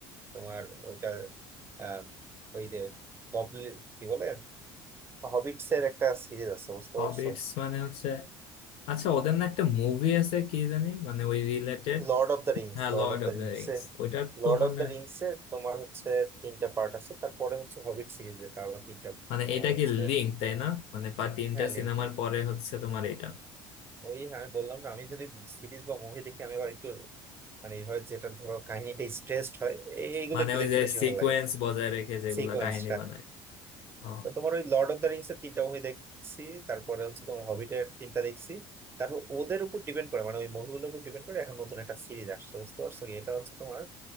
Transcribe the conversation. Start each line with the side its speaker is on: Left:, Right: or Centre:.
Right: তোমার ওইটা আম, ওই যে গবলিন কি বলে হবিটস এর একটা সিরিজ আছে বুঝতে
Left: হবিটস
Right: পারছো
Left: মানে হচ্ছে আচ্ছা ওদের না একটা মুভি আছে কি জানি মানে ওই রিলেটেড
Right: Lord of the Rings
Left: হ্যাঁ
Right: Lord
Left: লর্ড
Right: of the
Left: অফ
Right: Rings
Left: দ্য রিংস
Right: এ
Left: ওইটা তো
Right: লর্ড
Left: মানে
Right: অফ দ্য রিংস এর তোমার হচ্ছে তিনটা পার্ট আছে তারপরে হচ্ছে হবিট সিরিজ এ তার আবার তিনটা
Left: মানে
Right: তোমার
Left: এটা
Right: হচ্ছে
Left: কি লিঙ্ক তাই না মানে পা তিনটা
Right: হ্যাঁ লিঙ্ক
Left: সিনেমার
Right: লিঙ্ক
Left: পরে হচ্ছে তোমার এটা
Right: ওই আমি বললাম না আমি যদি সিরিজ বা মুভি দেখি আমি আবার একটু মানে এইভাবে যেটা ধরো কাহিনীটা স্ট্রেসড হয় এই- এইগুলো
Left: মানে
Right: একটু
Left: ওই
Right: দেখতে
Left: যে
Right: বেশি
Left: সিকোয়েন্স
Right: ভালো লাগে
Left: বজায় রেখে যেগুলা
Right: সিকোয়েন্স
Left: কাহিনী বানায় ও,
Right: তো তোমার ওই লর্ড অফ দ্য রিংস এর তিনটা মুভি দেখছি তারপরে হচ্ছে তোমার হবিটের তিনটা দেখছি তারপর ওদের উপর ডিপেন্ড করে মানে ওই মুভিগুলোর উপর ডিপেন্ড করে এখন নতুন একটা সিরিজ আসছে বুঝতে পারছো কি এটা হচ্ছে তোমার